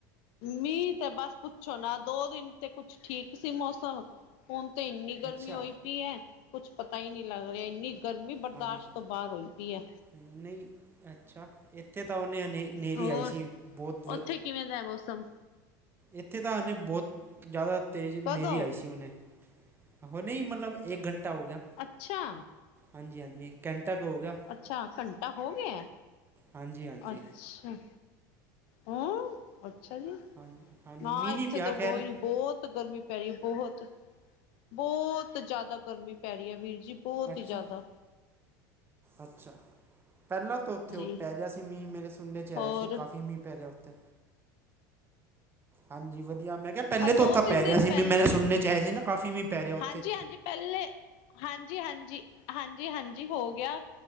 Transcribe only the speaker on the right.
ਅੱਛਾ
ਹਾਂਜੀ
ਨਹੀਂ, ਅੱਛਾ ਇੱਥੇ ਤਾਂ ਉਹਨੇੇ ਹ, ਹਨੇਰੀ
ਆਈ ਸੀ ਬਹੁਤ ਵ
ਇੱਥੇ ਤਾਂ ਨੇ ਬਹੁਤ ਜ਼ਿਆਦਾ ਤੇਜ਼ ਹਨੇਰੀ
ਆਈ ਸੀ ਹੁਨੇ। ਹੁਣੇ ਈ ਮਤਲਬ, ਇੱਕ ਘੰਟਾ ਹੋਗਿਆ।
ਹਾਂਜੀ-ਹਾਂਜੀ, ਕੈਂਟਾ ਕ ਹੋਗਿਆ।
ਹਾਂਜੀ ਹਾਂਜੀ
ਹਾਂਜੀ ਹਾਂਜੀ
ਮੀਂਹ
ਨਹੀਂ ਪਿਆ
ਖੈਰ
ਅੱਛਾ,
ਅੱਛਾ ਪਹਿਲਾ ਉੱਥੇ
ਉਹ ਪੈ ਰਿਹਾ ਸੀ ਮੀਂਹ, ਮੇਰੇ ਸੁਪਨੇ'ਚ ਆਇਆ
ਸੀ, ਕਾਫੀ ਮੀਂਹ ਪੈ ਰਿਹਾ ਓਥੇ। ਹਾਂਜੀ ਵਧੀਆ, ਮੈਂ ਕਿਹਾ ਪਹਿਲੇ
ਤੋਂ ਤਾ
ਪੈ
ਰਿਹਾ ਸੀ, ਮੇਰੇ
ਸੁਣਨੇ'ਚ ਆਇਆ ਸੀ ਨਾ ਕਾਫੀ ਮੀਂਹ ਪੈ ਰਿਹਾ ਉੱਥੇ।